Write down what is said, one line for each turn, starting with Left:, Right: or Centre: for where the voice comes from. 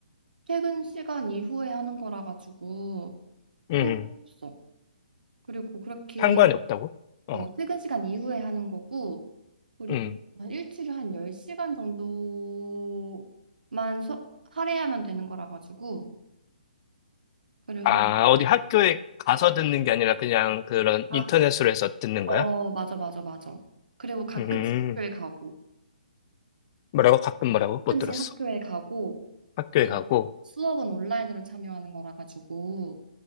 Right: 퇴근 시간 이후에 하는 거라 가지고 상관없어.
Left: 음,
Right: 그리고 그렇게
Left: 상관이 없다고? 어,
Right: 어, 퇴근 시간 이후에 하는 거고, 그리고
Left: 음.
Right: 한 일주일에 한 10시간 정도만 서, 할애하면 되는 거라 가지고, 그래서,
Left: 아, 어디 학교에 가서 듣는 게 아니라 그냥 그런
Right: 아,
Left: 인터넷으로 해서 듣는
Right: 어,
Left: 거야?
Right: 맞아, 맞아, 맞아. 그리고 가끔씩
Left: 음,
Right: 학교에 가고,
Left: 뭐라고? 가끔 뭐라고? 못
Right: 가끔씩
Left: 들었어.
Right: 학교에 가고,
Left: 학교에
Right: 그
Left: 가고.
Right: 수업은 온라인으로 참여하는 거라 가지고,